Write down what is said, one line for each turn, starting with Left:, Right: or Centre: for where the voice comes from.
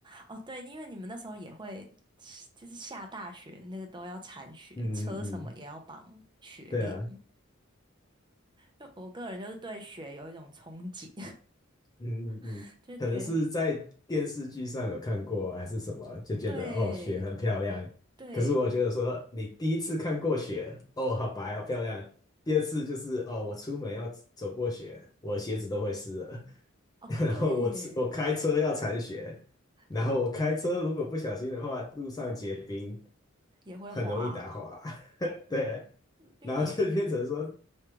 Right: 哦，对，因为你们那时候也会，就是下大雪那个都要铲雪，
Left: 嗯嗯嗯，
Right: 车什么也要绑雪链嘛。
Left: 对啊，
Right: 就我个人就是对雪有一种憧憬，
Left: 嗯嗯嗯，
Right: <laughs> 就觉得
Left: 可能是在电视剧上有看过，还是什么，就觉得哦，
Right: 对
Left: 雪很漂亮。
Right: 对
Left: 可是我觉得说，你第一次看过雪，哦，好白，好漂亮。第二次就是哦，我出门要走过雪，我鞋子都会湿了。
Right: 哦对
Left: <laughs> 然后我吃我开车要铲雪，然后我开车如果不小心的话，
Right: 对
Left: 路上结冰，
Right: 也会滑，
Left: 很容易打滑。<laughs> 对，
Right: 因为我是
Left: 然后就变成说，